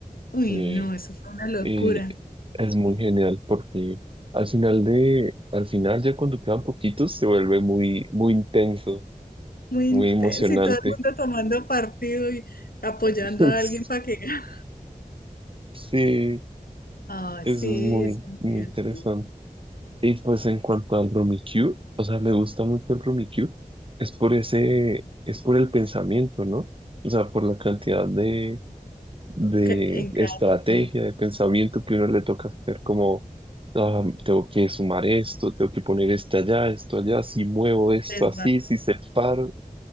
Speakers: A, on the left; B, on the right.
A: Uy,
B: Eh,
A: no, eso fue una locura.
B: eh, es muy genial porque al final de, al final ya cuando quedan poquitos se vuelve muy, muy intenso,
A: Muy
B: muy
A: intenso
B: emocionante.
A: y todo el mundo tomando partido y apoyando
B: <laughs>
A: a alguien para que <laughs> gane.
B: Sí,
A: Ah,
B: eso
A: sí,
B: es muy,
A: eso es muy
B: muy
A: divertido.
B: interesante. Y pues en cuanto al Rummikub, o sea, me gusta mucho el Rummikub, es por ese, es por el pensamiento, ¿no? O sea, por la cantidad de, de
A: Ca- En
B: estrategia,
A: cada turno,
B: de pensamiento que uno le toca hacer, como, ah, tengo que sumar esto, tengo que poner esto allá, esto allá, si muevo esto
A: es
B: así, si separo,